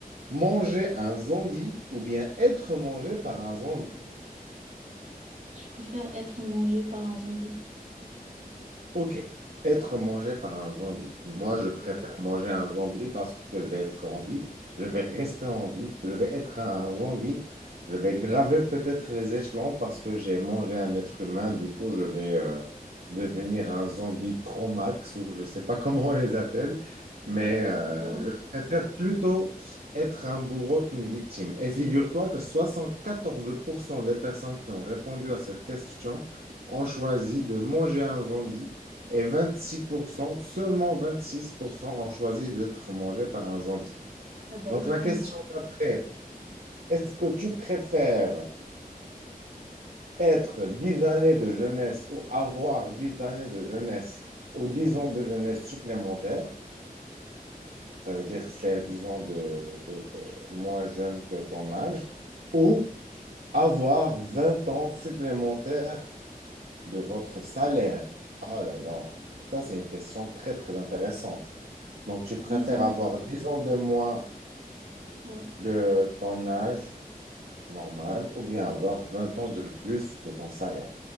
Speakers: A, on the right; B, on the right.
A: manger un zombie ou bien être mangé par un zombie?
B: je préfère être mangé par un zombie.
A: Ok. Être mangé par un zombie. Moi,
B: Parce
A: je préfère
B: que...
A: manger un zombie parce que je vais être en vie, je vais rester en vie, je vais être un zombie, je vais graver peut-être les échelons parce que j'ai mangé un être humain, du coup, je vais euh, devenir un zombie pro-max ou je ne sais pas <laughs> comment on les appelle, mais
B: Ah Non,
A: euh,
B: non, non.
A: je préfère plutôt être un bourreau qu'une victime. Et figure-toi que 74% des personnes qui ont répondu à cette question ont choisi de manger un zombie et 26%, seulement 26% ont choisi d'être mangés par un zombie.
B: Ah bah,
A: Donc
B: ils
A: la
B: ont raison.
A: question d'après, est-ce que tu préfères être 10 années de jeunesse ou avoir 10 années de jeunesse ou 10 ans de jeunesse supplémentaires, ça veut dire faire 10 ans de, de- de moins jeune que ton âge, ou avoir 20 ans supplémentaires de votre salaire. Oh là là, ça c'est une question très très intéressante. Donc, tu préfères
B: Dix ans
A: avoir
B: de plus.
A: 10 ans de moins
B: Ouais.
A: de ton âge normal ou bien avoir 20 ans de plus de ton salaire?